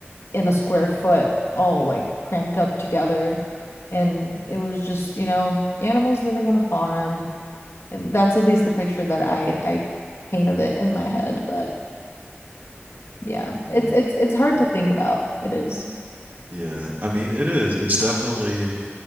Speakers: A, on the left (about 75°); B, on the right (about 45°).
A: in a square foot all like cramped up together. And it was just, you know, animals living on a farm and that's at least the picture that I I paint of it in my head. But yeah,
B: Yeah,
A: it's it's it's hard to think about. It is.
B: yeah. I mean, it is. It's definitely